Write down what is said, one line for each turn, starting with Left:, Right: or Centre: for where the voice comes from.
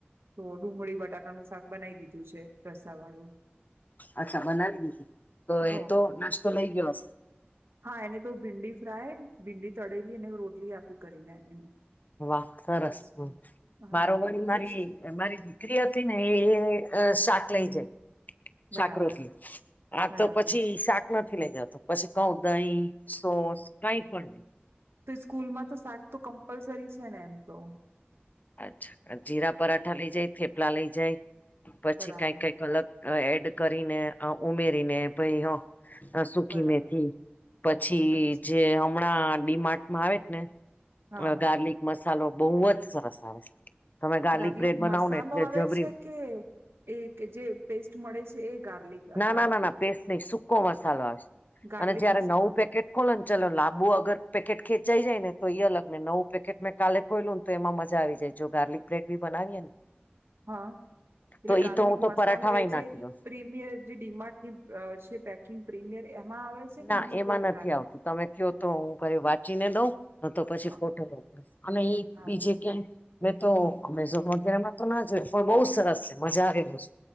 Right: તો ડુંગળી-બટાકાનું શાક બનાઈ દીધું છે રસા વાળું.
Left: અચ્છા, બનાવી દીધુ. તો
Right: હો
Left: એ તો નાસ્તો લઈ ગીયો હશે.
Right: હા, એને તો ભીંડી ફ્રાય, ભીંડી તળેલી અને રોટલી આપી કરીને એને.
Left: વાહ, સરસ
Right: બાકી છે હા
Left: મારો <unintelligible> મારી.
Right: એજ
Left: મારી દીકરી હતીને એ અ શાક લઈ જાય. શાક-રોટલી,
Right: બરાબર
Left: આ
Right: બરાબર
Left: તો પછી શાક નથી લેઈ જાતો, પછી કૌઉ દઈ, સોસ કાઈ પણ નઈ.
Right: તો સ્કૂલમાં તો શાક તો કમ્પલસરી છે ને એમ તો.
Left: અચ્છા, જીરા પરાઠા લેઈ જાય, થેપલા લેઈ જાય, પછી
Right: બરાબર
Left: કાઈ કાઈક અલગ. અ એડ કરીને, અ ઉમેરીને, ભઈ, હ, અ સૂખી
Right: બરાબર
Left: મેથી, પછી
Right: અચ્છા
Left: જે હમણાં ડીમાર્ટ મા આવેક ને,
Right: હા
Left: અ ગાર્લિક મસાલો બઉવ જ સરસ આવે છે. તમે
Right: ગાર્લિક
Left: બ્રેડ બનાવો
Right: મસાલો
Left: ને એટલે
Right: આવે
Left: જબરી
Right: છે કે એ કે જે પેસ્ટ મળે છે એ ગાર્લિક? અદરક
Left: ના -ના- ના -ના, પેસ્ટ નઈ, સૂકો મસાલો આવે છે
Right: ગાર્લિક
Left: અને જયારે
Right: મસાલો
Left: નવું પેકેટ ખોલને ચલો લાંબુ અગર પેકેટ ખેંચાઈ જાય ને તો, ઈ અલગ ને નવું પેકેટ મે કાલે ખોયલું ને તો એમાં મજા આવી જાય, જો ગાર્લિક બ્રેડ ભી બનાવીએ ને?
Right: હા, એટલે
Left: તો
Right: ગાર્લિક
Left: ઈ તો હું તો
Right: મસાલો
Left: પરાઠામાંય
Right: એ જે
Left: નાખી દઉં
Right: પ્રીમિયર જે ડીમાર્ટની અ છે પેકિંગ પ્રીમિયર એમાં આવે છે? કે
Left: ના,
Right: બીજી
Left: એમાં
Right: કોઈ બ્રાન્ડ
Left: નથી આવતું, તમે ક્યો તો હું કઈ વાંચીને દઉં, કાતો પછી
Right: હા
Left: ફોટો મોકલું? અને ઈ
Right: હા
Left: બીજે ક્યાંય મેં તો અમેઝોન વગેરેમાં તો ના જોય પણ બઉ સરસ છે, મજા આવે દોસ